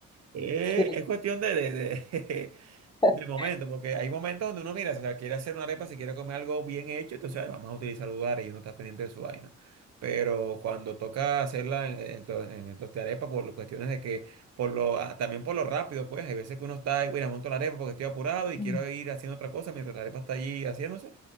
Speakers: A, on the right; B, on the left.
A: Eh,
B: sí.
A: es cuestión de, de, de <laughs>
B: <laughs>
A: De momento, porque hay momentos donde uno mira, si la quiere hacer una arepa, si quiere comer algo bien hecho, entonces "Ay, vamos a utilizar lugares y uno está pendiente de su vaina. Pero cuando toca hacerla en, en, to- en el tostarepa, por las cuestiones de que, por lo, ah, también por lo rápido, pues, hay veces que uno está, "Ay, mira, monto la arepa porque estoy apurado y
B: Mm.
A: quiero ir haciendo otra cosa mientras la arepa está allí haciéndose,